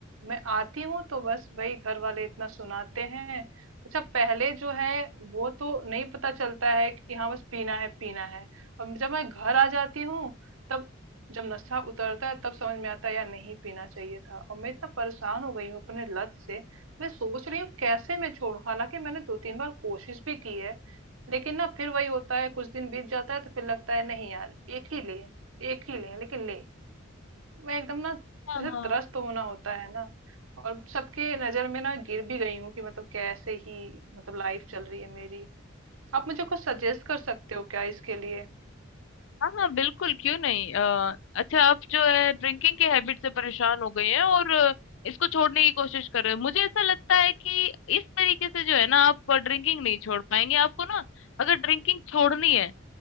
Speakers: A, on the right (about 80°); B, on the left (about 65°).
A: मैं आती हूँ तो बस वही घर वाले इतना सुनाते हैं अच्छा पहले जो है वो तो नहीं पता चलता है कि हाँ बस पीना है पीना है अब जब मैं घर आ जाती हूँ तब जब नशा उतरता है तब समझ में आता है यार नहीं पीना चाहिए था और मैं इतना परेशान हो गई हूँ अपने लत से मैं सोच रही हूँ कैसे मैं छोड़ूं हालांकि मैंने दो तीन बार कोशिश भी की है लेकिन ना फिर वही होता है कुछ दिन बीत जाता है तो फिर लगता है नहीं यार एक ही ले एक ही ले लेकिन ले मैं एकदम ना
B: हाँ
A: जैसे
B: हाँ
A: त्रस्त होना होता है ना और सबके नजर में ना गिर भी गई हूँ कि मतलब कैसे ही मतलब लाइफ चल रही है मेरी आप मुझे कुछ सजेस्ट कर सकते हो क्या इसके लिए
B: हाँ हाँ बिल्कुल क्यों नहीं अ, अच्छा आप जो है ड्रिंकिंग की हैबिट से परेशान हो गए हैं और अ, इसको छोड़ने की कोशिश कर रहे हैं मुझे ऐसा लगता है कि इस तरीके से जो है ना आप ड्रिंकिंग नहीं छोड़ पाएंगे आपको ना अगर ड्रिंकिंग छोड़नी है